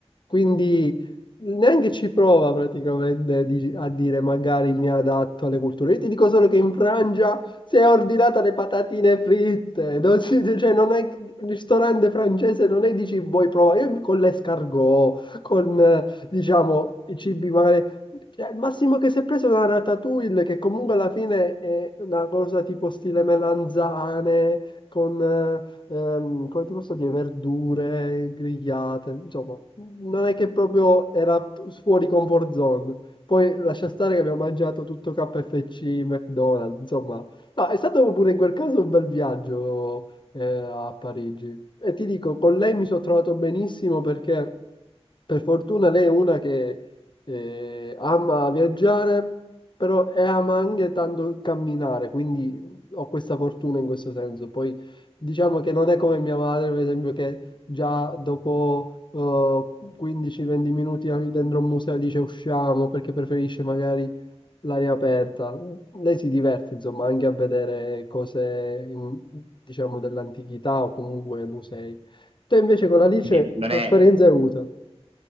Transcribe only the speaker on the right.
Quindi non
è.